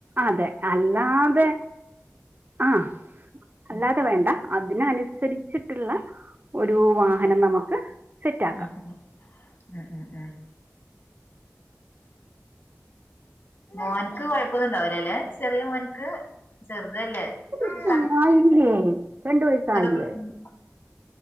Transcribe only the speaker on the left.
ഉം
ആഹ ആ ഉം ഉ ഉം മോൻക്ക് കുഴപ്പൊന്നും ഇണ്ടാവൂല ലേ ചെറിയ മോൻക്ക് ചെറുതല്ലേ സ്ഥലത്തില്ലാത്തോണ്ട്
പ്രശ്നം.